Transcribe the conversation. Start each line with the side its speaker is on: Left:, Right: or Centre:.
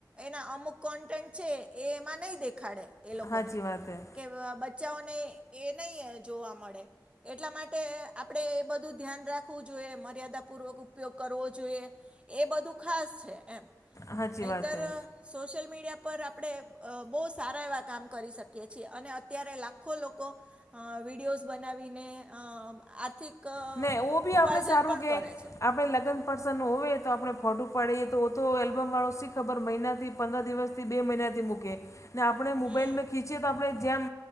Right: એના અમુક કોન્ટેન્ટ છે એ એમાં નહી દેખાડે એ લોકોને
Left: સાચી વાત હે
Right: કે બ ચાઓને એ નઈ જોવા મળે. એટલા માટે આપણેે એ બધું ધ્યાન રાખવું જોઈએ મર્યાદાપૂર્વક ઉપયોગ કરવો જોઈએ. એ બધું ખાસ છે એમ
Left: સાચી
Right: નહીતર
Left: વાત હે
Right: સોશિયલ મીડિયા પર આપણે અઅ બોવ સારા એવા કામ કરી શકીએ છીએ અને અત્યારે લાખો લોકો અઅ વિડીયોઝ બનાવીને અઅ આર્થિક
Left: ને એવું ભી
Right: ઉપાર્જન
Left: આપણે સારું
Right: પણ
Left: કે
Right: કરે છે
Left: આપણે લગન પર્સન ન હોય તો આપણે ફોટું પાડીએ તો તો એલ્બમ વાળો શી ખબર મહિનાથી પંદર દિવસ બે મહિનાથી મૂકે ને આપણે મોબાઈલમે
Right: હમ
Left: ખીંચીએ તો આપણે